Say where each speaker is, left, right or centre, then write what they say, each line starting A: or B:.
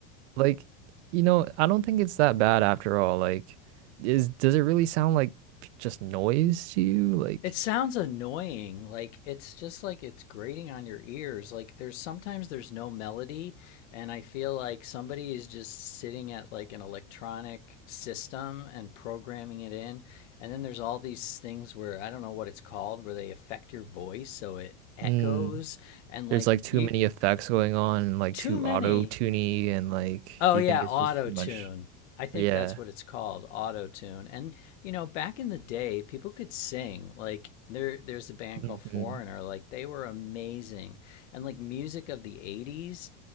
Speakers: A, on the right; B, on the left.
A: like, you know, I don't think it's that bad after all. Like, is does it really sound like just noise to you? Like,
B: It sounds annoying. Like it's just like it's grating on your ears. Like there's sometimes there's no melody and I feel like somebody is just sitting at like an electronic system and programming it in. And then there's all these things where I don't know what it's called where they affect your voice so it echoes
A: mm,
B: and
A: there's
B: like
A: like too
B: you
A: many effects going on and like
B: too
A: too
B: many
A: auto-tuney and like,
B: Oh
A: do
B: yeah,
A: you think it's
B: auto
A: just too much?
B: tune. I think
A: Yeah.
B: that's what it's called, auto tune. And you know, back in the day, people could sing. Like there, there's a band
A: hmm
B: called Foreigner. Like they were amazing. And like music of the '80s